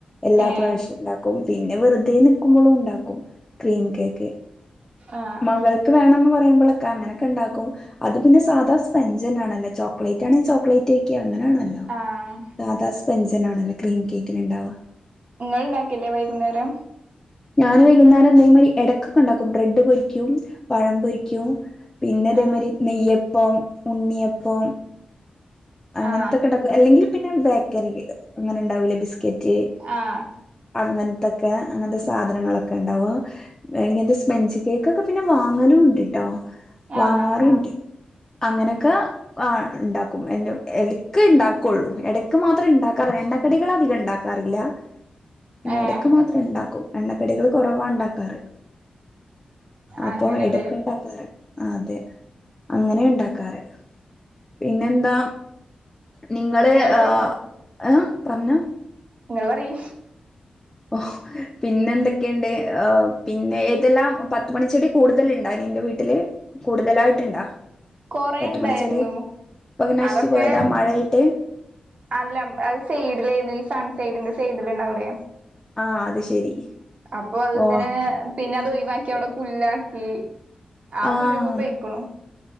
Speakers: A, on the left (about 20°); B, on the right (about 55°).
A: എല്ലാ
B: ഏഹ്
A: പ്രാവശ്യവും ഉണ്ടാക്കും പിന്നെ പിന്നെ വെറുതെ നിക്കുമ്പോളും ഉണ്ടാക്കും ക്രീം കേക്ക് എ-
B: ആഹ്
A: മകൾക്ക് വേണംന്ന് പറ <unintelligible> അനൊക്കെ ഉണ്ടും അത് പിന്നെ സാധാ സ്പെചണല്ല ചോക്ലേറ്റ് ആണെങ്കി ചോക്ലേറ്റ്ക്ക അങ്ങനെയാണല്ലോ
B: ആഹ്
A: സാധാ സ്പെഞ്ചൻ ആണല്ലോ ക്രീം കേക്കിന് ഉണ്ടാവാ
B: നിങ്ങൾ ഉണ്ടാക്കല്ലേ വൈകുന്നേരം
A: ഞാന് വൈകുന്നേരം അന്തേമാതി ഇടക്കൊക്കെ ഉണ്ടാക്കും ബ്രെഡ് പൊരിക്കും പഴം പൊരിക്കും പിന്നെ അതേമാതിരി
B: ആഹ്
A: നെയ്യപ്പം ഉണ്ണിയപ്പം അങ്ങനത്തൊക്കെ
B: ആഹ്
A: ഉണ്ടാക്കും അല്ലെങ്കിൽ പിന്നെ ബേക്കറി അങ്ങനെ ഉണ്ടാവൂല്ലേ ബിസ് കറ്റ് യ്
B: ആഹ്
A: അങ്ങനെ തൊക്കെ അങ്ങനത്തെ സാധനങ്ങളൊക്കെ ഉണ്ടാവോ ഇങ്ങനത്തെ സ്പെഞ്ച് കേക്ക് ഒക്കെ പിന്നെ വാങ്ങാനും ഉണ്ട് കേട്ടോ വാങ്ങാറുണ്ട്
B: ആഹ്
A: ആ അങ്ങനെയൊക്കെ ആ ഉണ്ടാക്കും എറെ എലക്ക് ഉണ്ടാക്കുള്ളൂ ഇട ഇടക്ക് മാത്രം ഉണ്ടാക്കാറില്ല എണ്ണക്കടികൾ അധികം ഉണ്ടാക്കാറില്ല പിന്നെ
B: ഏഹ്
A: ഇടക്ക് മാത്രം ഉണ്ടാക്കും എണ്ണക്കടികൾ കുറവാ ഉണ്ടാക്കാറ് അപ്പൊ
B: അങ്ങനെല്ലേ
A: എടുക്കുണ്ടാക്കാറ് അതെ അങ്ങനെ ഉണ്ടാക്കാറ് പിന്നെെന്താ നിങ്ങള്
B: ഇങ്ങള്
A: ആ ഏ പറഞ്ഞോ
B: നിങ്ങള്ൾ പറയ്
A: ഓ പിന്നെ എന്തൊക്കെയുണ്ട് ഓ പിന്നെ ഏതെല്ലാം പത്തുമണിച്ചെടി കൂടുതൽ ഉണ്ട- നിന്റെ വീട്ടില് കൂടുതലായിട്ടുണ്ടാ
B: കൊറേ
A: പത്ത്
B: ഇണ്ടായിരുന്നു
A: മണിച്ചെടി ഇപ്പകനാശിച്ചു
B: അതൊക്കെ
A: പോയതാ മഴായിട്ട്
B: അല്ല അ സൈഡിലായിരുന്നു ഈ സൺ സൈഡിന്റെ സൈഡിൽ ഉണ്ടാവൂലേ
A: ആഹ അത് ശരി
B: അപ്പൊ അത്
A: ഓ
B: ഇങ്ങനെ പിന്നെ അത് ഒഴിവാക്കി അവിടെ പുല്ലാക്കി ആ
A: ആഹ്
B: പുല്ലിപ്പൊ പോയ്ക്കണു